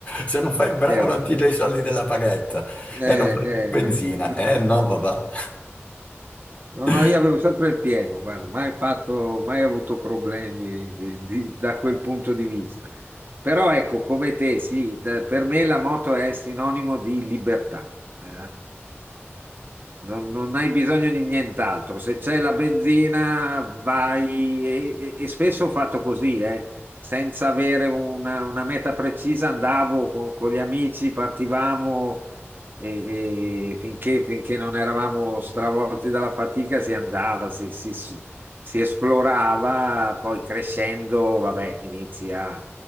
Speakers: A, on the left; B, on the right.
A: Se non fai il bravo
B: Eh, vabbè.
A: non ti do i soldi della paghetta
B: Eh,
A: e non fai più benzina.
B: eh. <laughs>
A: Eh no, papà.
B: No,
A: <laughs>
B: no, io avevo sempre il pieno, guarda, mai fatto, mai avuto problemi di- di- da quel punto di vista. Però ecco, come te, sì, da- per me la moto è sinonimo di libertà. Eh, non, non hai bisogno di nient'altro. Se c'è la benzina, vai e, e- e spesso ho fatto così, eh, senza avere una, una meta precisa, andavo con, con gli amici, partivamo e, e finché, finché non eravamo stravolti dalla fatica si andava, si, si- si- si esplorava, poi crescendo, vabbè, inizi a,